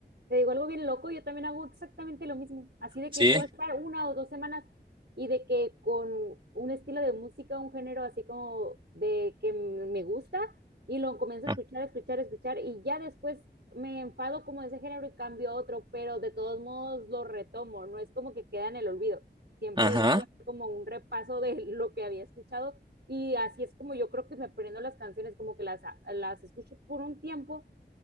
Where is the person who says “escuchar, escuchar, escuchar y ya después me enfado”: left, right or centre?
Right